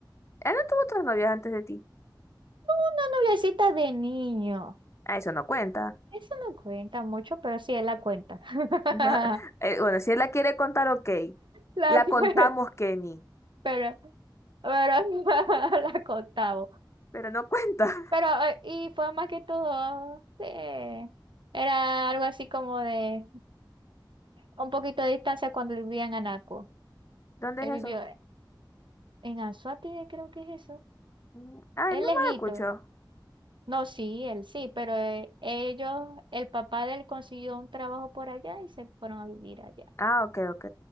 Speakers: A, on the left; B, on the right.
A: Él no tuvo otras novias antes de ti.
B: Una noviecita de niño.
A: Ah, eso no cuenta. <laughs>
B: Eso no cuenta mucho, pero sí, él la cuenta. <laughs>
A: No, Eh, Bueno, si él la quiere contar, ok.
B: La
A: La
B: cuenta,
A: contamos, Kenny,
B: pero, pero <laughs> la contaba.
A: pero no cuenta. <laughs>
B: Pero, eh, y fue más que todo, eh, era algo así como de un poquito de distancia cuando vivía en Anaco.
A: ¿Dónde
B: Él
A: es
B: vivió
A: eso?
B: en Anzoátegui, creo que es eso.
A: Mm, Ah,
B: Es
A: no
B: lejito.
A: maracucho.
B: No, sí, él sí, pero eh, ellos, el papá de él consiguió un trabajo por allá y se fueron a vivir allá.
A: Ah, ok, ok.